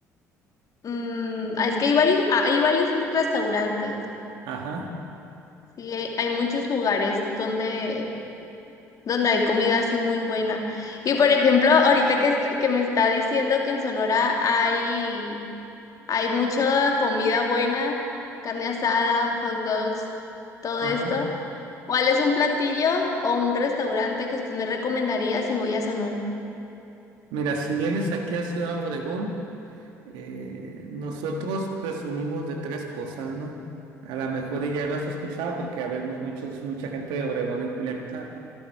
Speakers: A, on the left; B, on the right.
A: Mm, ah, es que hay varios, ah, hay varios lu- restaurantes.
B: Ajá,
A: Sí, hay, hay muchos lugares donde, donde hay comida así muy buena. Y por ejemplo, ahorita que, est- que me está diciendo que en Sonora hay, hay mucha comida buena, carne asada, hot dogs, todo
B: ajá.
A: esto. ¿Cuál es un platillo o un restaurante que usted me recomendaría si voy a Sonora?
B: Mira, si vienes aquí a Ciudad Obregón, eh, nosotros presumimos de tres cosas, ¿no? A lo mejor y ya lo has escuchado porque habemos muchos, mucha gente de Obregón y Culiacán,